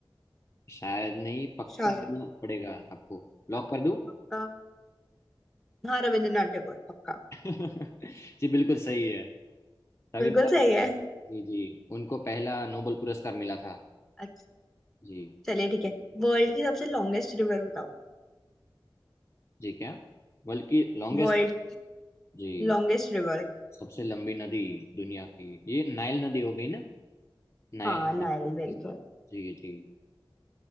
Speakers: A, on the left; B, in the centre.
A: शायद नहीं पक्का
B: शायद
A: बोलना पड़ेगा आपको लॉक
B: अ,
A: कर दूं
B: पक्का हाँ रविंद्रनाथ टैगोर पक्का
A: <laughs> जी बिल्कुल सही है। रविन्द्रनाथ
B: बिल्कुल सही है
A: जी जी उनको पहला नोबेल पुरस्कार मिला था
B: अच्छा
A: जी
B: चलिए ठीक है वर्ल्ड की सबसे लॉन्गेस्ट रिवर बताओ
A: जी क्या बल्कि लॉन्गेस्ट
B: World
A: जी
B: longest river
A: सबसे लंबी नदी दुनिया की ये नाइल नदी हो गई ना नाइल
B: हाँ
A: नदी
B: नाइल Very good
A: जी जी